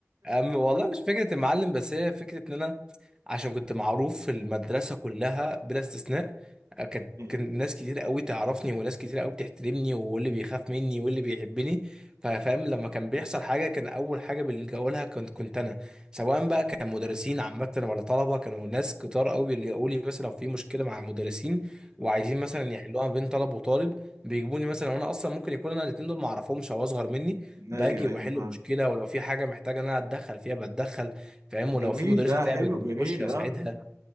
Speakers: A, on the right; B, on the right.
A: أم والله مش فكرة المعلم بس هي فكرة إن أنا عشان كنت معروف في المدرسة كلها بلا استثناء أه، كانت
B: ايوه
A: كان ناس كتير قوي تعرفني وناس كتير قوي بتحترمني واللي بيخاف مني واللي بيحبني فاهم لما كان بيحصل حاجة كان أول حاجة بيلجأوا لها كنت كنت أنا سواء بقى كان مدرسين عامة ولا طلبة كانوا ناس كتار قوي بيلجأوا لي مثلا لو في مشكلة مع مدرسين وعايزين مثلا يحلوها بين طلب وطالب بيجيبوني مثلا وأنا أصلا ممكن يكون أنا الاتنين دول معرفهمش أو أصغر مني باجي
B: ايوه ايوه
A: وبحل
B: فاهم
A: مشكله ولو في حاجه محتاجه ان انا اتدخل فيها بتدخل فاهم ولو
B: جميل
A: في مدرسه
B: ده
A: تعبت
B: حلو
A: بخش
B: جميل
A: اساعدها
B: اه